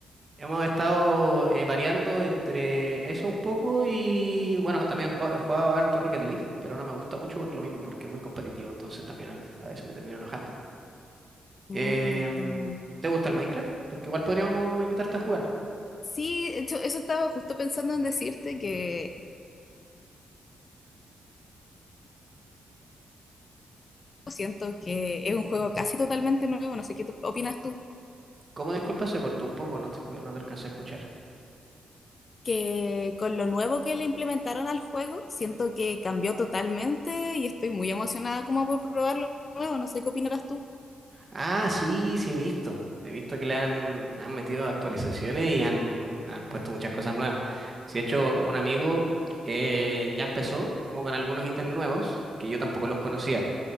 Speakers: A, on the right; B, on the left.
A: Hemos estado eh, variando entre eso un poco y bueno, también he jugado, he jugado harto Rocket League, pero no me gusta mucho por lo mismo, porque es muy competitivo, entonces también al- a veces me termino enojando.
B: Mm,
A: Em,
B: entiendo.
A: ¿te gusta el Minecraft? Porque igual podríamos invitarte a jugar.
B: Sí, de hecho, eso estaba justo pensando en decirte que siento que es un juego casi totalmente nuevo, no sé qué tú- opinas tú,
A: Como disculpa, se cortó un poco, no te, escu- no te alcancé a escuchar.
B: que con lo nuevo que le implementaron al juego, siento que cambió totalmente y estoy muy emocionada como por probarlo nuevo, no sé qué opinarás tú.
A: Ah, sí, sí he visto. He visto que le han, han metido actualizaciones y han, han puesto muchas cosas nuevas. Si de hecho, un amigo eh, ya empezó como con algunos ítems nuevos que yo tampoco los conocía.